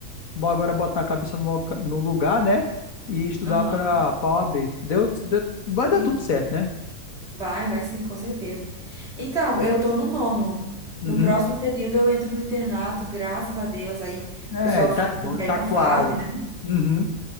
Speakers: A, on the left; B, on the right.
A: vou agora botar a cabeça no, loca- no lugar, né? E estudar
B: aham,
A: para a OAB. Se Deus, se Deus- vai dar
B: Entendi.
A: tudo certo, né?
B: Vai, vai sim, com certeza. Então, eu tô no nono.
A: Uhum.
B: No próximo período eu entro no internato, graças a Deus. Aí o
A: É,
B: pessoal
A: tá
B: fala
A: bom,
B: que
A: tá
B: é a melhor
A: quase.
B: fase, né?
A: Uhum.